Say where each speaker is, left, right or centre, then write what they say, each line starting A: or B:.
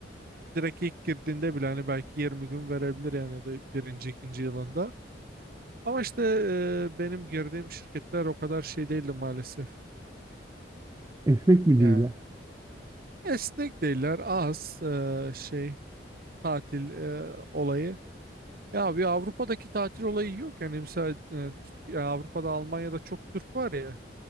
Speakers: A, on the right; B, on the right.
A: direkt ilk girdiğinde bile hani belki 20 gün verebilir yani ya da birinci ikinci yılında. Ama işte e, benim girdiğim şirketler o kadar şey değildi maalesef.
B: Esnek mi
A: Yani
B: değil?
A: esnek değiller az e, şey tatil e, olayı. Ya bir Avrupa'daki tatil olayı yok yani mesela e, Türk- ya Avrupa'da Almanya'da çok Türk var ya